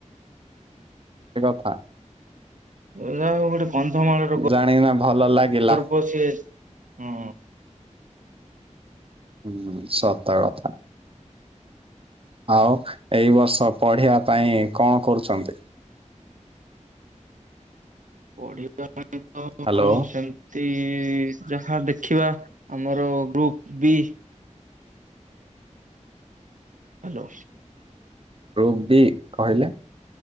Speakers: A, on the right (about 45°); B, on the right (about 85°).
A: ସେ କଥା
B: ଯାହା ହଉ ଗୋଟେ କନ୍ଧମାଳ ର ଗର୍ବ
A: ଜାଣିକିନା ଭଲ ଲାଗିଲା।
B: ସିଏ। ହଁ।
A: ହୁଁ ସତ କଥା। ଆଉ ଏଇ ବର୍ଷ ପଢିବା ପାଇଁ କଣ କରୁଛନ୍ତି?
B: ପଢିବା ପାଇଁ ତ
A: ହ୍ୟାଲୋ
B: ସେମ ଯାହା ଦେଖିବା ଆମର group B hello.
A: Group D କହିଲେ?